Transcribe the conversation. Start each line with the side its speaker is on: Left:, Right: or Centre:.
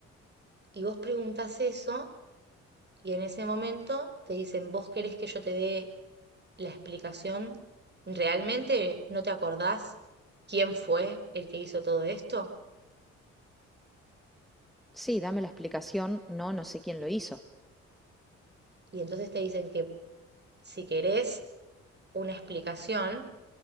Right: Y vos preguntás eso y en ese momento te dicen, ¿vos querés que yo te dé la explicación. ¿Realmente no te acordás quién fue el que hizo todo esto?
Centre: Sí, dame la explicación. No, no sé quién lo hizo.
Right: Y entonces te dicen que si querés una explicación,